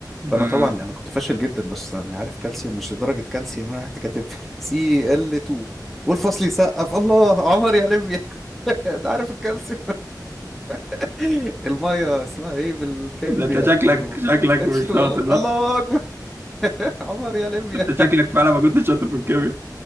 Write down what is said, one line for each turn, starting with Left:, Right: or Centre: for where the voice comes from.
Centre: فانا
Right: آه.
Centre: طبعا انا كنت فاشل جدا بس انا عارف كالسيوم مش لدرجه كالسيوم انا رحت كاتب سي ال 2 والفصل يسقف الله عمر يا ليبيا <laughs> ده عارف الكالسيوم <laughs> الميه اسمها ايه بالكيمياء
Right: لا أنت شكلك
Centre: اقول له
Right: شكلك
Centre: اتش
Right: مش
Centre: 2
Right: شاطر لا
Centre: الله اكبر <laughs> عمر يا ليبيا
Right: أنت شكلك فعلا ما كنتش شاطر في الكيمياء